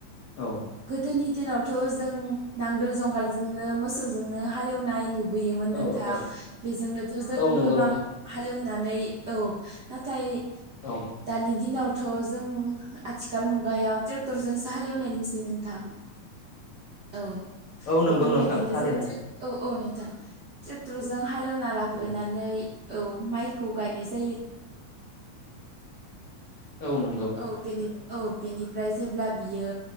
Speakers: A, on the left; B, on the right.
A: औ
B: गोदोनि दिनावथ' जों नांगोल जुंगालजोंनो मोसौजों नो हालेवनाय नुबोयोमोन नोंथां
A: औ औ
B: बेजोंनोथ' जों
A: औ नंगौ
B: गोबां हालेवनानै औ नाथाय
A: औ
B: दानि दिनावथ' अ जों आथिखाल मुगायाव जों ट्रेक्टरजोंसो हालेवनाय नुसै नोंथां औ
A: औ
B: बेफोरबायदिनो
A: नंगौ नोंथां थारैनो
B: जों ट्रे औ औ नोंथां ट्रेक्टरजों हालेवना लाग्रोनानै
A: औ
B: औ माइखौ गायनाय जा
A: औ नों
B: औ बेनि औ बेनिफ्राय जेब्ला बियो